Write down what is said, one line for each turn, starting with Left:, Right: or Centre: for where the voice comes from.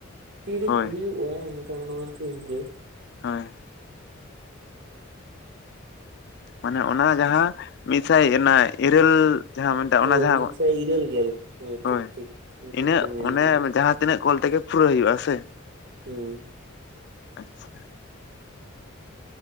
Right: ᱴᱤᱲᱤᱡ
Left: ᱦᱳᱭ
Right: ᱩᱭᱩᱜ-ᱟ ᱮᱱᱠᱷᱟᱱ ᱱᱚᱣᱟ ᱴᱷᱤᱠ ᱜᱮ
Left: ᱦᱳᱭ ᱢᱟᱱᱮ ᱚᱱᱟ ᱡᱟᱦᱟ ᱢᱤᱫ ᱥᱟᱭ ᱮᱱᱟ ᱤᱨᱟᱹᱞ- ᱡᱟᱦᱟ ᱢᱮᱱ ᱴᱟᱜ
Right: ᱦᱳᱭ
Left: ᱚᱱᱟ ᱡᱟᱦᱟ
Right: ᱢᱤᱫᱥᱟᱭ ᱤᱨᱟᱹᱞ ᱜᱮᱞ
Left: ᱦᱳᱭ
Right: ᱴᱷᱤᱠ ᱴᱷᱤᱠ ᱴᱷᱤᱠ
Left: ᱤᱱᱟᱹᱜ
Right: ᱵᱤᱱ ᱢᱮᱱ
Left: ᱚᱱᱮ
Right: ᱠᱟᱫᱟ
Left: ᱡᱟᱦᱟ ᱛᱤᱱᱟᱹᱜ ᱠᱳᱞ ᱛᱮᱜᱮ ᱯᱩᱨᱟᱹ ᱦᱩᱭᱩᱜᱼᱟ ᱥᱮ
Right: ᱦᱩᱸ
Left: ᱟᱪᱪᱷᱟ